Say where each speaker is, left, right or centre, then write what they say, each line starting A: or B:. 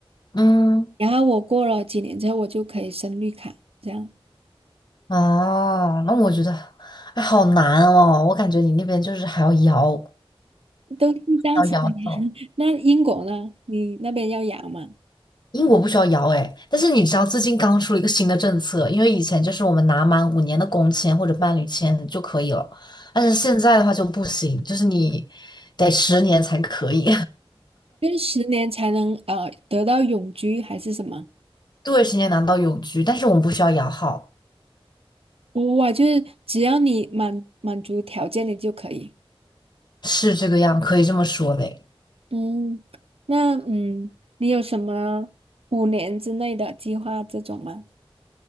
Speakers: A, on the left (about 45°); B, on the right (about 75°).
A: 嗯，
B: 然后我过了几年之后，我就可以申绿卡这样。
A: 哦，那我觉得，哎，好难哦，我感觉你那边就是还要摇，
B: 都是这样子的呀。
A: 还要摇号。
B: <laughs> 那英国呢？你那边要养吗？
A: 英国不需要摇哎，但是你知道最近刚出了一个新的政策，因为以前就是我们拿满五年的工签或者伴侣签就可以了，但是现在的话就不行，就是你得十年才可以，
B: 就是十年才能呃得到永居还是什么？
A: <laughs> 对，十年拿到永居，但是我们不需要摇号，
B: 哇，就是只要你满满足条件你就可以。
A: 是这个样，可以这么说嘞。
B: 嗯，那嗯，你有什么五年之内的计划这种吗？